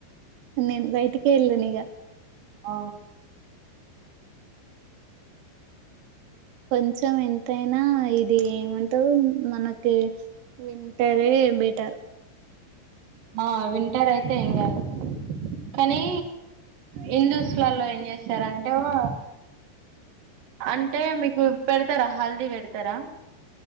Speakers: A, on the right; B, on the right.
A: నేను బయటికే వెళ్ళాను ఇక
B: ఆ
A: కొంచెం ఎంతైనా ఇది ఏమంటారు మనకి వింటార ఏమటారు
B: ఆ వింటర్ అయితే ఏం కాదు కానీ హిందుూస్తులలో ఏం చేసారంటే ఓ అంటే మీకు పెడతారా హల్దీ పెడతారా